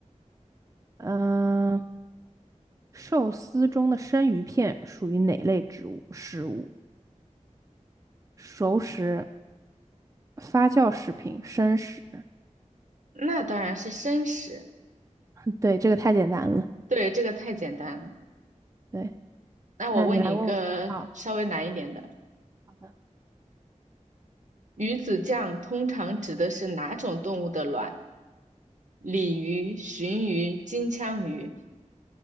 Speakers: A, on the right; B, on the right.
A: 嗯、寿司中的生鱼片属于哪类植物食物？熟食、发酵食品、生食。
B: 那当然是生食。
A: 嗯对，这个太简单了。
B: 对，这个太简单了。
A: 对，
B: 那我问你一个稍微难一点的，
A: 那你来问我。好，好的。
B: 鱼子酱通常指的是哪种动物的卵？鲤鱼、鲟鱼、金枪鱼？